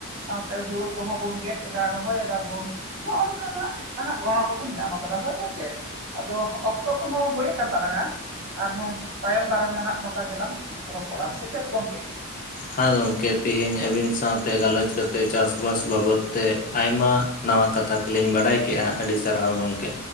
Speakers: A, on the right; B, on the left.
A: ᱥᱟᱶᱛᱮ ᱦᱩᱲᱩ ᱠᱚᱦᱚᱸ ᱵᱚᱱ ᱜᱮᱫ ᱮᱫᱟ ᱨᱚᱦᱚᱭ ᱮᱫᱟ ᱵᱚᱱ ᱱᱚᱜ-ᱚ ᱱᱚᱠᱟᱱᱟᱜ ᱱᱟᱦᱟᱜ ᱜᱚᱲᱚ ᱠᱚᱵᱚᱱ ᱧᱟᱢ ᱠᱟᱫᱟ ᱦᱳᱭ ᱜᱚᱝᱠᱮ ᱟᱫᱚ ᱚᱠᱛᱚ ᱠᱚᱦᱚᱸ ᱦᱳᱭ ᱟᱠᱟᱱ ᱛᱟᱞᱟᱝ-ᱟ ᱟᱨᱦᱚᱸ ᱛᱟᱭᱚᱢ ᱫᱟᱨᱟᱢ ᱱᱟᱦᱟᱜ ᱱᱚᱝᱠᱟ ᱜᱮᱞᱟᱝ ᱨᱚᱯᱚᱲᱟ ᱥᱮ ᱪᱮᱫ ᱜᱚᱝᱠᱮ
B: ᱦᱟᱸ ᱜᱚᱝᱠᱮ ᱛᱤᱦᱤᱧ ᱟᱹᱵᱤᱱ ᱥᱟᱶᱛᱮ ᱜᱟᱞᱚᱪ ᱠᱟᱛᱮᱫ ᱪᱟᱥ ᱵᱟᱥ ᱵᱟᱵᱚᱛ ᱛᱮ ᱟᱭᱢᱟ ᱱᱟᱣᱟ ᱠᱟᱛᱷᱟ ᱠᱚᱞᱤᱧ ᱵᱟᱰᱟᱭ ᱠᱮᱜ-ᱟ ᱟᱹᱰᱤ ᱥᱟᱨᱦᱟᱣ ᱜᱚᱝᱠᱮ